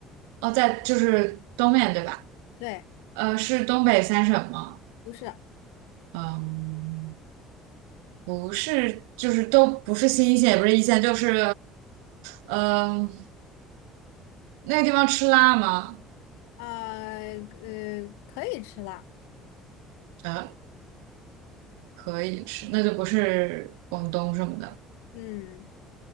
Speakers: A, on the right; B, on the left.
A: 哦，在就是东面对吧？
B: 对，
A: 呃，是东北三省吗？
B: 不是啊，
A: 嗯，不是，就是都不是新一线，也不是一线，就是嗯、呃那个地方吃辣吗？
B: 呃，呃可以吃了，
A: 呃，可以吃，那就不是广东什么的。
B: 嗯。